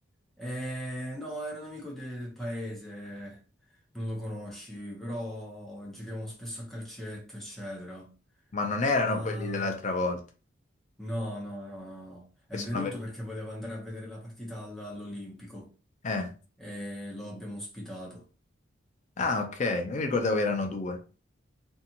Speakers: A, in the centre; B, on the left (about 35°).
A: Eh, no, era un amico de- del paese, non lo conosci, però giochiamo spesso a calcetto, eccetera.
B: Ma non erano
A: Ma
B: quelli dell'altra volta,
A: no, no, no, no, no. È
B: che sono
A: venuto
B: venuti.
A: perché voleva andare a vedere la partita all- all'Olimpico
B: Eh.
A: e lo abbiamo ospitato.
B: Ah, ok, io mi ricordavo erano due.